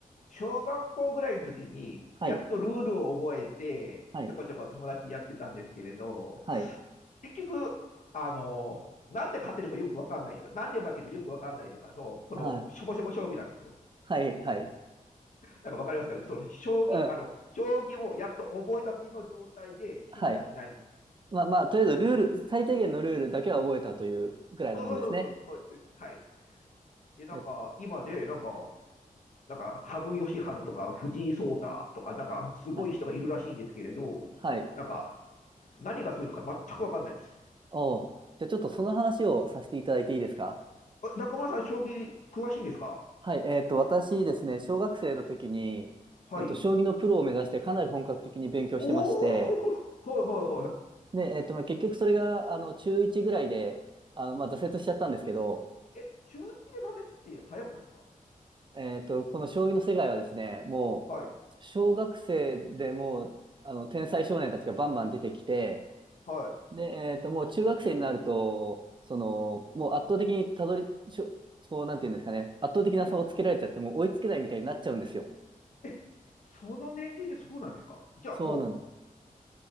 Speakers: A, on the left; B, on the right.
A: 小学校ぐらいの時に、
B: はい、
A: やっとルールを覚えて、
B: はい、
A: ちょこちょこ友達とやってたんですけれど、
B: はい、
A: 結局、あの、なんで勝てるかよくわかんないとか、なんで負けるかよくわかんないとかの、その、
B: はい、
A: しょぼしょぼ将棋なんですよ。
B: はい、はい、
A: なんかわかりますかねその、将棋、
B: うん、
A: あの、将棋をやっと覚えたての状態で進化しないみたいな。
B: はい。まあまあ、とりあえずルール、最低限のルールだけは覚えたというぐらいのもんですね。
A: そうそうそうそう、そうですはい。え、なんか、
B: え、
A: 今で、なんか、なんか、羽生善治とか藤井聡太とか、なんか、すごい人がいるらしいんですけれど、
B: はい、はい。
A: なんか、何がするのか全くわかんないです。
B: おうじゃあちょっとその話をさせていただいていいですか
A: え中村さん、将棋詳しいんですか
B: はい、えっと、私ですね、小学生の時に、
A: はい。
B: えっと、将棋のプロを目指してかなり本格的に勉強してまして、
A: おお <laughs> はいはいはい。
B: で、えっと、まあ、結局それが、あの、中1ぐらいで、あの、
A: うん。
B: まあ、挫折しちゃったんですけど、
A: え、中1で挫折って早くないですか
B: えっと、この将棋の世界はですね、もう、
A: はい、
B: 小学生でもう、あの、天才少年たちがバンバン出てきて、
A: はい。
B: で、えっと、もう中学生になると、その、もう圧倒的にたどり、しょこう、なんていうんですかね、圧倒的な差をつけられちゃって、もう追いつけないみたいになっちゃうんですよ。
A: え、その年齢でそうなんですかじゃあも
B: そうなんです